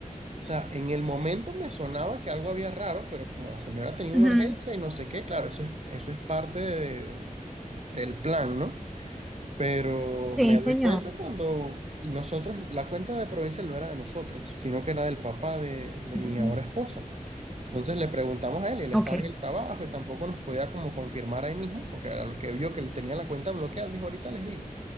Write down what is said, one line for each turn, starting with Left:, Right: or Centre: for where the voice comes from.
Right: O sea, en el momento me sonaba que algo había raro, pero como la señora tenía
Centre: Ujú.
Right: una urgencia y no sé qué, claro, eso es, eso es parte de- del plan, ¿no? Pero
Centre: Sí,
Right: me doy
Centre: señor.
Right: cuenta cuando nosotros, la cuenta de Provincial no era de nosotros, sino que era del papá de, de
Centre: Ujú.
Right: mi ahora esposa. Entonces le preguntamos a él y él estaba
Centre: Ok.
Right: en el trabajo y tampoco nos podía como confirmar ahí mismo, porque a lo que vio que le tenía la cuenta bloqueada, dijo, ahorita les digo.